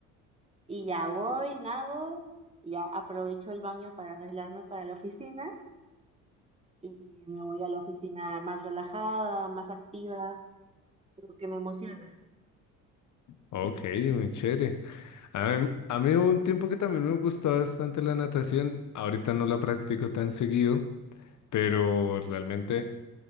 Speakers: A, on the right; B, on the left.
A: Y ya voy, nado, y ya aprovecho el baño para arreglarme para la oficina y me voy a la oficina más relajada, más activa, como que me emociona.
B: ok, muy chévere. A mí, a mí hubo un tiempo que también me gustó bastante la natación. Ahorita no la practico tan seguido, pero realmente